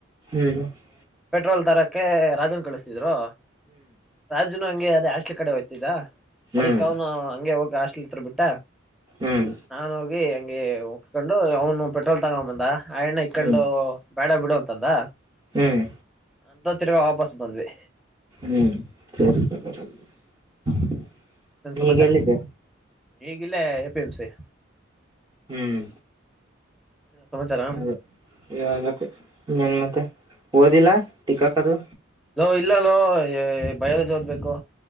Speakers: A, on the right (about 20°); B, in the centre.
A: ಹ್ಮ್
B: ಪೆಟ್ರೋಲ್ ತರಕ್ಕೆ ರಾಜನ್ ಕಳಿಸಿದ್ರು ರಾಜುನು ಹಂಗೆ ಯಾರ ಅದೇ ಹಾಸ್ಟೆಲ್ ಕಡೆ ಹೋಗ್ತಿದ್ದ
A: ಹ್ಮ್ ಹ್ಮ್
B: ಅದಕ್ಕ ಅವನು ಹಂಗೆ ಹೋಗ ಹಾಸ್ಟೆಲ್ ಹತ್ರ ಬಿಟ್ಟ
A: ಹ್ಮ್
B: ನಾ ಹೋಗಿ ಹಗೆ ಉಕೊಂಡು ಅವನು ಪೆಟ್ರೋಲ್ ತಗೊಂಡ ಬಂದ ಆಯಣ್ಣ ಇಕೊಂಡು
A: ಹ್ಮ್
B: ಬೇಡ ಬಿಡು ಅಂತಂದ
A: ಹ್ಮ್
B: ಅಂತ ತಿರಗಾ ವಾಪಸ್ ಬಂದ್ವಿ
A: ಹ್ಮ್ ಸರಿ <unintelligible>
B: ಏನ್ ಸಮಾಚಾರ
A: ಈಗೆಲ್ಲಿದ್ದೆ
B: ಇಗಿಲ್ಲೇ ಎ ಪಿ ಎಂ ಸಿ
A: ಹ್ಮ್
B: ಸಮಾಚಾರ
A: ಅದೇ ಹೇಳ್ಬೇಕು ಇನ್ನೆನ್ ಮತ್ತೆ ಓದಿಲ್ಲ ಟಿಕ್ಕಕದು
B: ಲೋ ಇಲ್ಲ ಲೋ ಎ ಬಯಾಲಜಿ ಓದ್ಬೇಕು